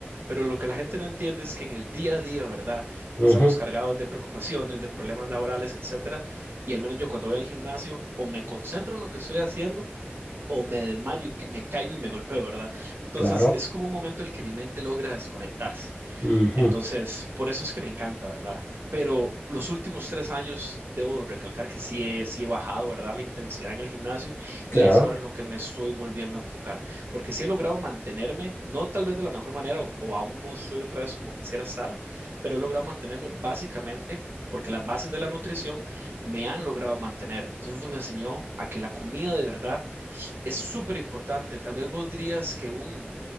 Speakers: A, on the right (about 60°); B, on the left (about 85°).
A: Pero lo que la gente no entiende es que en el día a día, ¿verdad?
B: Ujú,
A: pasamos cargados de preocupaciones, de problemas laborales, etcétera, y al menos yo cuando voy al gimnasio o me concentro en lo que estoy haciendo o me desmayo y que- me caigo y me golpeo, ¿verdad? Entonces
B: Claro.
A: es como un momento en el que mi mente logra desconectarse.
B: Ujú,
A: Entonces, por eso es que me encanta, ¿verdad? Pero los últimos tres años, debo recalcar que sí he, sí he bajado, ¿verdad? La intensidad en el gimnasio
B: Claro.
A: y es ahora en lo que me estoy volviendo a enfocar, porque sí he logrado mantenerme, no tal vez de la mejor manera o, o aún no soy otra vez como quisiera estar, pero he logrado mantenerme básicamente porque las bases de la nutrición me han logrado mantener. Entonces eso me enseñó a que la comida de verdad es súper importante. Tal vez vos dirías que un